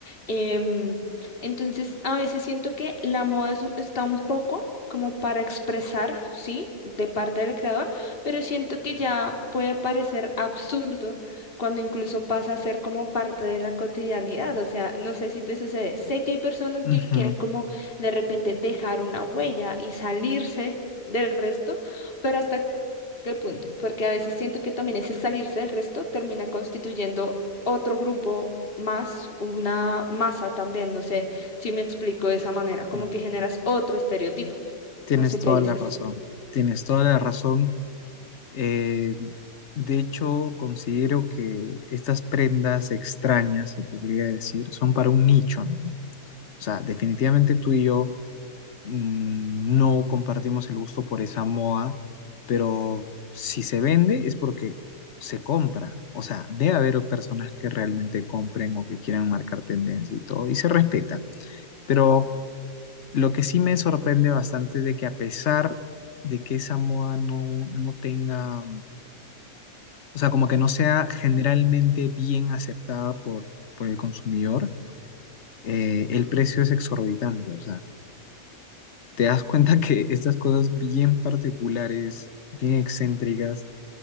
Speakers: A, on the left; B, on the left.
A: Em, entonces, a veces siento que la moda es está un poco como para expresar, ¿sí? De parte del creador, pero siento que ya puede parecer absurdo cuando incluso pasa a ser como parte de la cotidianidad. O sea, no sé si te sucede. Sé que hay personas que
B: Ujú,
A: quieren como de repente dejar una huella y salirse del resto, pero ¿hasta qué punto? Porque a veces siento que también ese salirse del resto termina constituyendo otro grupo más, una masa también, no sé si me explico de esa manera, como
B: sí.
A: que generas otro estereotipo.
B: Tienes
A: No sé
B: toda
A: qué dices.
B: la razón, tienes toda la razón. Eh, de hecho, considero que estas prendas extrañas, se podría decir, son para un nicho, ¿no? O sea, definitivamente tú y yo mm, no compartimos el gusto por esa moda, pero si se vende es porque se compra. O sea, debe haber personas que realmente compren o que quieran marcar tendencia y todo, y se respeta. Pero... Lo que sí me sorprende bastante es de que a pesar de que Samoa no, no tenga, o sea, como que no sea generalmente bien aceptada por, por el consumidor, eh, el precio es exorbitante. O sea, te das cuenta que estas cosas bien particulares, bien excéntricas,